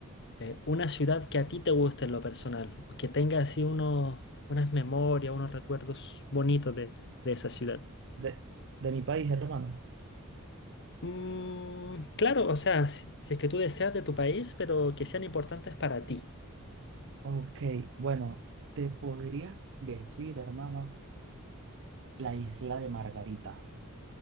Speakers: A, on the left (about 55°); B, on the right (about 55°).
A: eh, una ciudad que a ti te guste en lo personal o que tenga así unos, unas memorias, unos recuerdos bonitos de, de esa ciudad.
B: De, de mi país, hermano.
A: Mm, claro, o sea, si, si es que tú deseas de tu país, pero que sean importantes para ti.
B: Ok, bueno, te podría decir, hermano, la isla de Margarita,